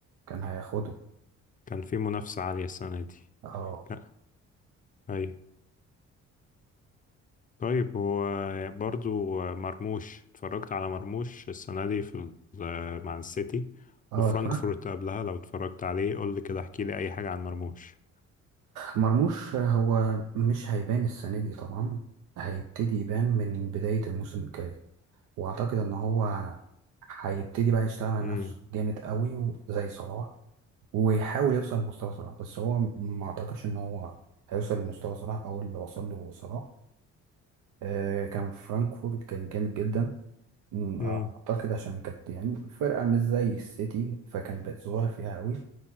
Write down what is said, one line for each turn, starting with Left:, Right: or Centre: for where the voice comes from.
Right: كان هياخده
Left: كان في منافسة عالية السنة دي
Right: اه
Left: كان... ايوه طيب هو برضو مرموش اتفرجت على مرموش السنة دي في ال- مع السيتي
Right: اه
Left: وفرانكفورت
Right: اتفرجت
Left: قبلها لو اتفرجت عليه قول لي كده احكي لي اي حاجة عن مرموش
Right: مرموش هو مش هيبان السنة دي طبعا هيبتدي يبان من بداية الموسم الجاي وأعتقد إن هو هيبتدي بقى يشتغل على
Left: امم
Right: نفسه جامد قوي زي صلاح ويحاول يوصل لمستوى صلاح بس هو ما أعتقدش إن هو هيوصل لمستوى صلاح أو اللي وصل له صلاح آه كان فرانكفورت كان جامد جدا أمم،
Left: امم
Right: أعتقد عشان كانت يعني فرقة مش زي السيتي فكان بيتظاهر فيها قوي